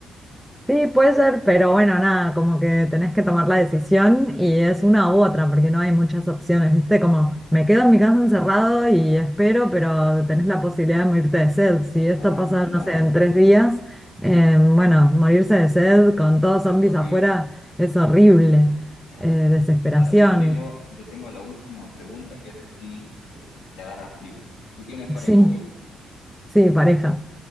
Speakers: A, in the centre; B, on the left.
A: Sí, puede ser, pero bueno, nada, como que tenés que tomar la decisión y es una u otra, porque no hay muchas opciones, ¿viste? Como me quedo en mi casa encerrado y espero, pero tenés la posibilidad de morirte de sed. Si esto
B: Ah,
A: pasa,
B: claro,
A: no sé, en tres días, eh, bueno, morirse de sed con todos
B: es
A: zombies
B: horrible.
A: afuera es horrible.
B: Ya.
A: Eh, desesperación,
B: Ahora, yo tengo, yo tengo la última pregunta, que esto sí eh, te agarra frío. Tú tienes pareja
A: sí,
B: o hijos,
A: sí, pareja.